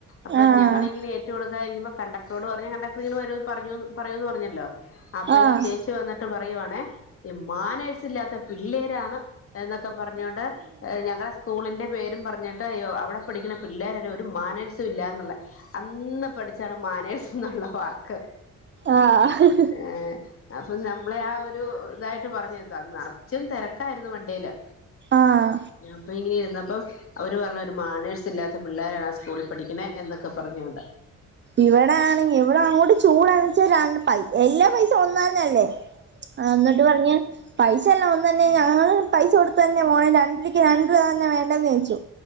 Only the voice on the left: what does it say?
അപ്പൊ
ഞങ്ങളൾങ്ങന ഏറ്റ കൊടുക്കായിരിക്കുമ്പൊ കണ്ടക്ടറോട് പറയും കണ്ടക്ടർ ഒരോന്ന് പറയുന്ന് പറഞ്ഞല്ലോ അപ്പൊ
ഈ ചേച്ചി വന്നിട്ട് പറയുവാണേ ഈ മാനേഴസ ഇല്ലാത്ത പിള്ളേരാണ് എന്നൊക്കെ പറഞ്ഞോൊണ്ട് ഞങ്ങള സ്കൂളിന്റെ പേരും പറഞ്ഞിട്ട് അവിടെ പഠിക്കുന്ന പിള്ളേരെ ല്ല ഒരു മാനേഴ്സും ഇല്ലന്നുള്ള അന്ന് പഠിച്ചാണ് മാനേഴ് സ് ന്നുള്ള വാക്ക്
ആഹ് അപ്പൊ നമ്മളെ ആ ഒരു ഇതായി ട്ട് പറഞ്ഞിതാ നിറച്ചും തിരക്കായിരുന്നു വണ്ടിയില്
അപ്പൊ ഇങ്ങനെ ഇരുന്നപ്പം അവര് പറഞ്ഞ് ഒരു മാനേഴ്സ് ഇല്ലാത്ത പിള്ളാരാണ് ആ സ്കൂളിൽ പഠിക്കണ എന്നൊക്കെ പറഞ്ഞോണ്ട്